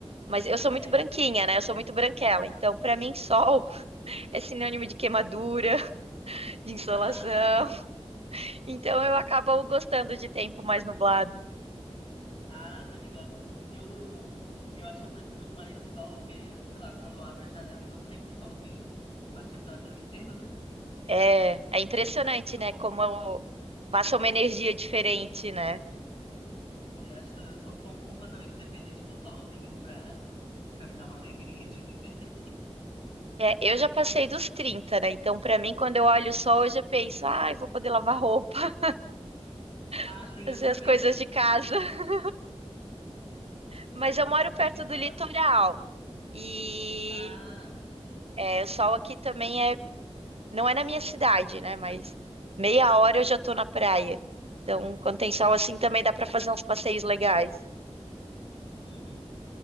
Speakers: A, on the right (about 65°); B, on the left (about 55°).
A: Mas eu sou muito
B: É.
A: branquinha, né? Eu sou muito branquela. Então, pra mim, sol <laughs> é sinônimo de queimadura, <laughs> de insolação.
B: Ah, tá.
A: Então eu acabo gostando de tempo mais nublado.
B: Ah, tô ligado. Eu, eu acho que eu prefiro mais sol, porque, sei lá, quando eu abro a janela e não tem um solzinho, bate aquela tristeza. <laughs>
A: É, é impressionante,
B: Tô
A: né? Como eu- passa uma energia diferente, né?
B: Eu acho que eu sou com- completamente dependente do solzinho pra, pra me dar uma alegria de viver. <laughs>
A: É, eu já passei dos 30, né? Então, pra mim, quando eu olho o sol, eu já penso, ai, vou poder lavar roupa,
B: Ah,
A: <laughs>
B: tem
A: fazer
B: essa também.
A: as coisas de casa. <laughs> Mas eu moro
B: Aqui
A: perto
B: em Vitória.
A: do litoral e
B: Ah, sim, sim.
A: é, o sol aqui também é, não é na minha cidade, né? Mas meia hora eu já tô na praia. Então, quando tem sol
B: Uhum,
A: assim, também dá pra fazer uns passeios legais.
B: uhum.